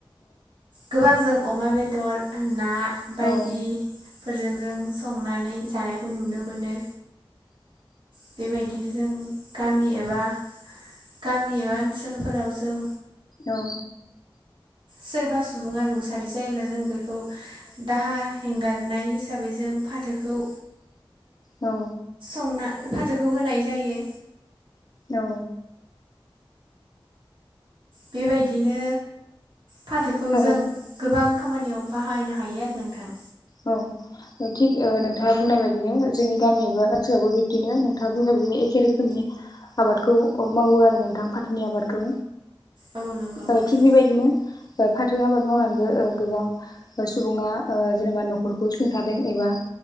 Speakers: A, on the right; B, on the left.
A: गोबां जों अमा बेदर ना बायदि
B: औ
A: फोरजों जों संनानै जानायखौ नुनो मोनो बेबायदिनो जों गामि एबा गामि एबा ओनसोलफोराव जों
B: औ
A: सोरबा सुबुङा रुंसारि जायोब्ला जों बेखौ दाहा हेंगार नाय हिसाबै जों फाथैखौ
B: औ
A: <unintelligible> जायो
B: औ
A: बेबायदिनो फाथोखौ
B: औ
A: जों गोबां खामानियाव बाहायनो हायो आरो नोंथां
B: औ थिग नोंथाङा बुंनाय बाददिनो जोंनि गामि एबा ओनसोलावबो बिबदिनो नोंथाङा बुंनाय बायदिनो ए एखे रोखोमनि आबादखौ मावो आरो नोंथां फाथोनि आबादखौ
A: औ नंगौ
B: औ
A: नोंथां
B: थिग बेबायदिनो फाथो आबाद मावनानैबो ओ गोबां सुबुङा जेनेबा न'खरखौ सुंथादों एबा